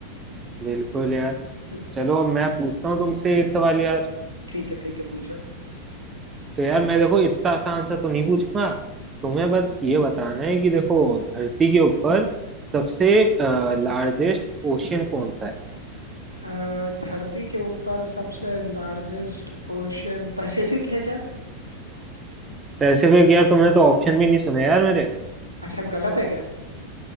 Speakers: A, on the right; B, on the right.
A: बिल्कुल यार
B: <laughs>
A: चलो अब मैं पूछता हूँ तुमसे एक सवाल यार
B: ठीक है ठीक है पूछो
A: तो यार मैं देखो इतना आसान सा तो नहीं पूछूंगा
B: हम्म,
A: तुम्हें बस ये बताना है कि देखो धरती के ऊपर सबसे लार्जेस्ट ओशियन कौन सा है
B: अ, धरती के ऊपर सबसे लार्जेस्ट ओशियन पैसिफिक है क्या
A: पैसिफिक यार तुमने तो ऑप्शन भी नहीं सुने यार मेरे
B: अच्छा गलत है क्या